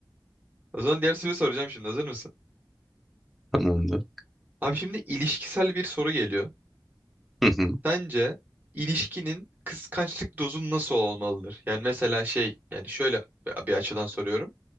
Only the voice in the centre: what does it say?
lazım
Hı hı.